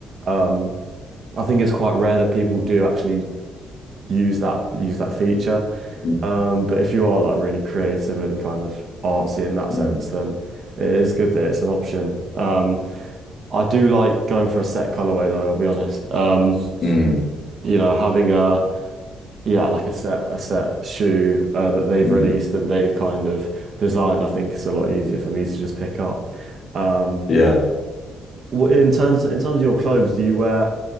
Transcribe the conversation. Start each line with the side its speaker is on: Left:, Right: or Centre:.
Right: Um, I think it's quite rare that people do actually use that use that feature.
Left: mm,
Right: Um, but if you are like really creative and kind of artsy in that
Left: mm,
Right: sense, then it is good that it's an option. Um, I do like going for a set colorway though, I'll be honest. Um,
Left: mm,
Right: you know, having a yeah, like a set a set shoe uh, that they've
Left: mm.
Right: released and they've kind of designed, I think it's a lot easier for me to just pick up. Um,
Left: Yeah.
Right: wh- in terms in terms of your clothes, do you wear